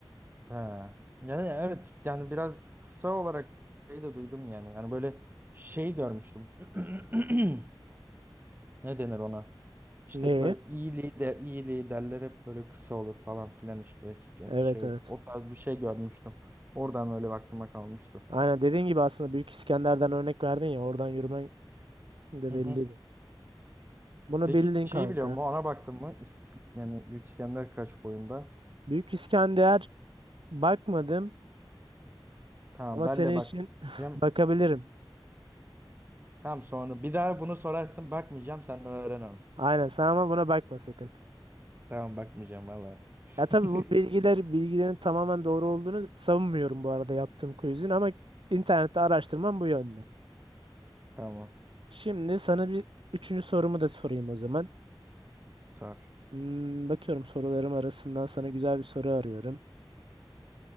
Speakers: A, on the right; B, on the right.
A: he. Yani evet yani biraz kısa olarak şey de duydum yani. Yani böyle şey görmüştüm. <clears throat> Ne denir ona? İşte
B: Neye?
A: böyle iyi lider, iyi liderler hep böyle kısa olur falan filan işte.
B: Evet
A: Şey,
B: evet.
A: o tarz bir şey görmüştüm. Oradan öyle aklıma kalmıştı.
B: Aynen dediğin gibi aslında Büyük İskender'den örnek verdin ya oradan yürümen de
A: Hı
B: belliydi.
A: hı.
B: Bunu
A: Peki
B: bildin
A: şeyi
B: kanka.
A: biliyor musun? Ona baktın mı? İsk- Yani Büyük İskender kaç boyunda?
B: Büyük İskender bakmadım
A: Tamam
B: ama
A: ben
B: senin
A: de bakacağım.
B: için <laughs> bakabilirim.
A: Tamam sonra bir daha bunu sorarsın bakmayacağım sen öğren onu.
B: Aynen sen ama buna bakma sakın.
A: Tamam bakmayacağım valla.
B: Ya tabii bu
A: <laughs>
B: bilgiler bilgilerin tamamen doğru olduğunu savunmuyorum bu arada yaptığım quizin ama internette araştırmam bu yönde.
A: Tamam
B: Şimdi sana bir üçüncü sorumu da sorayım o zaman.
A: sor.
B: Hmm, bakıyorum sorularım arasından sana güzel bir soru arıyorum.